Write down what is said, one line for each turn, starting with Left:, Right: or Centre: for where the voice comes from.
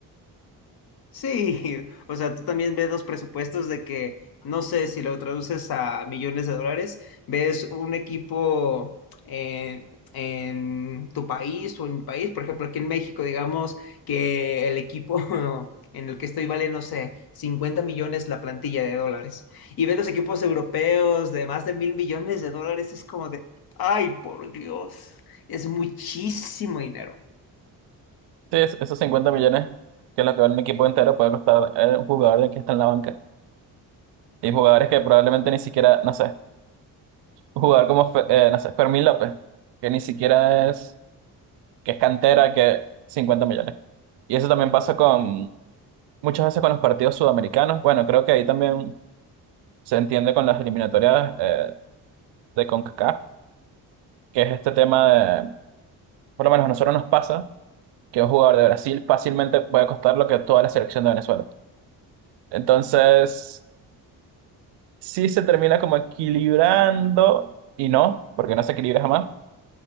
Left: Sí, <laughs> o sea, tú también ves los presupuestos de que, no sé, si lo traduces a millones de dólares, ves un equipo en, en tu país o en mi país, por ejemplo, aquí en México, digamos que el equipo <laughs> en el que estoy vale, no sé, 50 millones la plantilla de dólares. Y ves los equipos europeos de más de mil millones de dólares, es como de, ay, por Dios, es muchísimo dinero.
Right: Sí, es- esos cincuenta millones que es lo que vale un equipo entero puede costar eh, un jugador de que está en la banca. Y jugadores que probablemente ni siquiera, no sé. un jugador como, Fe- eh, no sé, Fermín López, que ni siquiera es, que es cantera, que 50 millones. Y eso también pasa con muchas veces con los partidos sudamericanos. Bueno, creo que ahí también se entiende con las eliminatorias eh, de CONCACAF, que es este tema de, por lo menos a nosotros nos pasa, que un jugador de Brasil fácilmente puede costar lo que toda la selección de Venezuela. Entonces, sí se termina como equilibrando y no, porque no se equilibra jamás.